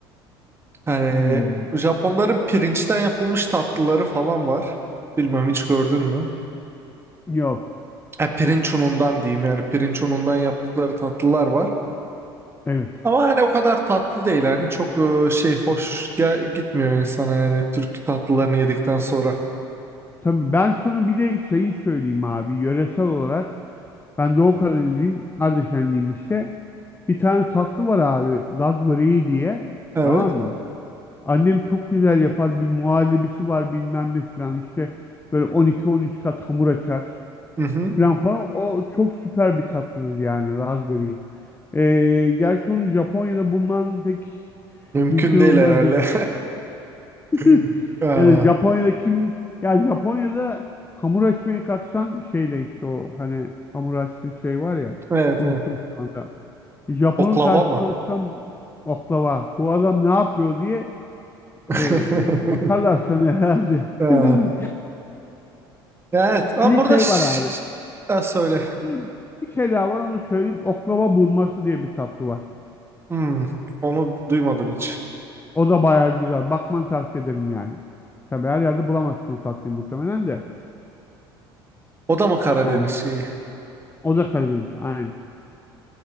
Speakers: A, on the right; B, on the left.
A: Yani
B: Hmm,
A: Japonların pirinçten yapılmış tatlıları falan var. Bilmiyorum hiç gördün mü?
B: yok.
A: E, pirinç unundan diyeyim yani pirinç unundan yaptıkları tatlılar var.
B: Evet.
A: Ama hani o kadar tatlı değil yani çok e, şey hoş gel- gitmiyor insana yani Türk tatlılarını yedikten sonra.
B: Tabii ben sana bir de şeyi söyleyeyim abi. Yöresel olarak Ben Doğu Karadenizliyim, Ardeşenliyim işte. Bir tane tatlı var abi, Laz böreği diye.
A: Evet.
B: Tamam mı? Annem çok güzel yapar. Bir muhallebisi var bilmem ne filan işte. Böyle 12-13 kat hamur açar
A: Hı hı.
B: filan falan. O çok süper bir tatlıdır yani Laz böreği. Ee, gerçi onu Japonya'da bulman pek
A: Mümkün
B: mümkün
A: değil
B: olmaz
A: herhalde.
B: diye düşünüyorum. <laughs>
A: <laughs> Aa,
B: Ya da Japonya'da kim ya Japonya'da hamur açmaya kalksan şeyle işte o hani hamur açtığı şey var ya
A: evet,
B: unuttum
A: evet.
B: şu anda. Japon'un
A: Oklava
B: karşısına
A: mı?
B: atsam oklava bu adam ne yapıyor diye
A: <laughs>
B: e, bakarlar sana herhalde.
A: Aa,
B: <laughs>
A: evet ama
B: Bir de
A: burada
B: şey
A: ş-
B: var abi.
A: ş- Ha, söyle.
B: Bir, bir şey daha var onu söyleyeyim. Oklava burması diye bir tatlı var.
A: Hmm, onu duymadım hiç.
B: O da bayağı güzel. Bakmanı tavsiye ederim yani. Tabii her yerde bulamazsın o tatlıyı muhtemelen de.
A: O da mı Karadeniz
B: Yani
A: şeyi?
B: o da Karadeniz. Aynen.